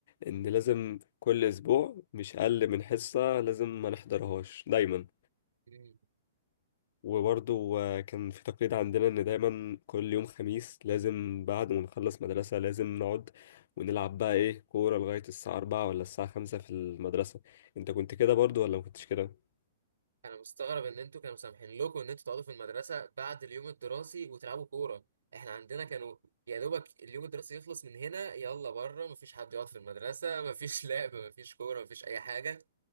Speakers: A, on the left; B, on the right.
A: ان لازم كل اسبوع مش اقل من حصة لازم ما نحضرهاش دايما
B: مم.
A: وبرضو آه، كان في تقليد عندنا إن دايما كل يوم خميس لازم بعد ما نخلص مدرسة لازم نقعد ونلعب بقى إيه كورة لغاية الساعة أربعة ولا الساعة خمسة في المدرسة أنت كنت كده برضو ولا ما كنتش كده؟
B: انا مستغرب ان انتوا كانوا سامحين لكم ان انتوا تقعدوا في المدرسه بعد اليوم الدراسي وتلعبوا كوره احنا عندنا كانوا يا دوبك اليوم الدراسي يخلص من هنا يلا بره مفيش حد يقعد في المدرسه مفيش لعب مفيش كوره مفيش اي حاجه